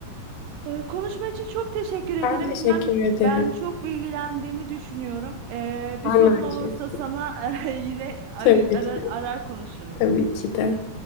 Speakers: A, on the right; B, on the left.
A: Ee, Konuşma için çok teşekkür ederim.
B: ben teşekkür
A: Ben
B: ederim.
A: ben çok bilgilendiğimi düşünüyorum. Ee, bir
B: Ben
A: sorun
B: de aynı
A: olursa
B: şekilde.
A: sana <laughs> yine arar,
B: Tabii
A: arar
B: ki de.
A: arar konuşurum.
B: Tabii ki de.